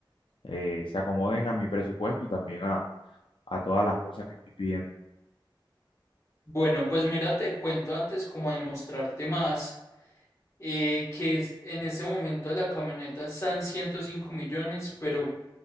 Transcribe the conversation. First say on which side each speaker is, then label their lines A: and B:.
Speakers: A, on the left; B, on the left.
A: eh, se acomoden a mi presupuesto y también a, a todas las cosas que estoy pidiendo.
B: Bueno, pues mira, te cuento antes como demostrarte más eh, que es- en ese momento la camioneta está en 105 millones, pero